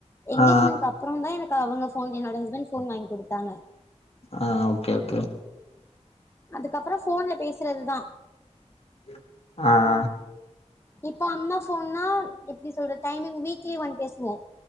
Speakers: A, on the left; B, on the left.
A: எங்கேஜ்மெண்ட்
B: ஆ
A: அப் அப்புறம்தா எனக்கு அவுங்க ஃபோன் என்னோட ஹஸ்பண்ட் ஃபோன் வாய்ங் குடுத்தாங்க
B: ஆ ஓகே ஓகே ஓ
A: அதுக்கப்புற போன்ல பேசுறதுதா
B: ம் ம்
A: இப்போ அண்ணா போன்னா எப்டி சொல்றத் டைமிங் வீக்லி ஒன் பேசுவோ